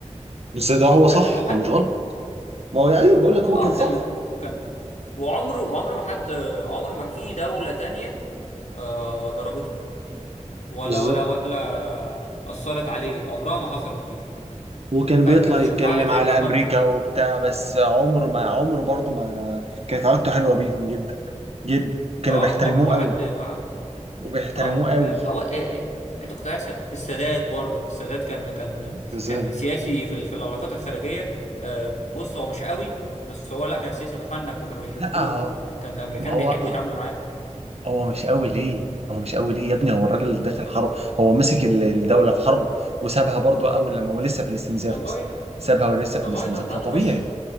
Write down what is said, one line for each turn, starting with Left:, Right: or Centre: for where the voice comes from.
Right: بس ده هو
Left: ده
Right: صح
Left: كان محنك
Right: هو مش غلط ما هو ايوه بقول
Left: كان
Right: لك هو
Left: اه
Right: كان
Left: كان
Right: صح
Left: م... كان وعمره عمره ما حد عمره ما في دوله تانية آه ضربته ولا
Right: بالظبط
Left: ولا ولا أثرت عليه عمرها ما حصلت دي
Right: وكان
Left: فانت
Right: بيطلع
Left: تشوف
Right: يتكلم
Left: واحد زي
Right: على
Left: محمد
Right: امريكا وبتاع بس عمره ما عمره برضه ما كانت علاقته حلوه بيهم جدا جدا وكانوا
Left: اه
Right: بيحترموه
Left: عمره ما
Right: قوي
Left: حد مع-
Right: وبيحترموه
Left: اه
Right: قوي
Left: فاهم هو إيه إيه. انت كنت عايز السادات برضك السادات كان كان
Right: كذلك
Left: كان سياسي في ال- في العلاقات الخارجيه آه بص هو مش قوي بس هو لا كان سياسي محنك وكانوا بيحبوه
Right: لا هو
Left: كان الامريكان
Right: ما هو
Left: بيحبوا
Right: هو
Left: يتعاملوا معاه
Right: هو مش قوي ليه؟ هو مش قوي ليه يا ابني هو الراجل اللي داخل حرب هو مسك ال- الدولة في حرب وسابها برضو أول لما هو لسه في الاستنزاف
Left: والله
Right: أصلا سابها ولسه
Left: والله
Right: في الاستنزاف
Left: ده ده
Right: فطبيعي
Left: نقاش